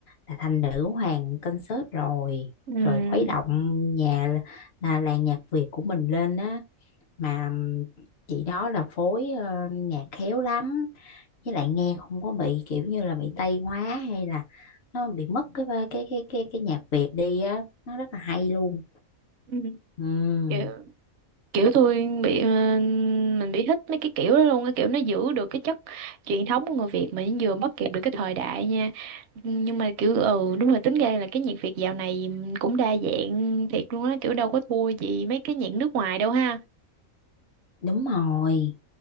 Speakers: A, on the left; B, on the right.
A: là thành nữ hoàng concert rồi
B: Ừ.
A: rồi khuấy động nhà là làng nhạc Việt của mình lên á mà chị đó là phối ờ, nhạc khéo lắm với lại nghe không có bị kiểu như là bị Tây hóa hay là nó bị mất cái cái cái cái cái nhạc Việt đi á nó rất là hay luôn
B: Ừ.
A: ừ
B: kiểu, kiểu tôi bị ờ, mình bị thích mấy cái kiểu đó luôn cái kiểu nó giữ được cái chất truyền thống của người Việt mà nó vừa bắt kịp được cái thời đại nha nhưng mà kiểu ừ đúng rồi tính ra là cái nhạc Việt dạo này cũng đa dạng thiệt luôn á kiểu đâu có thua gì mấy cái nhạc nước ngoài đâu ha
A: đúng rồi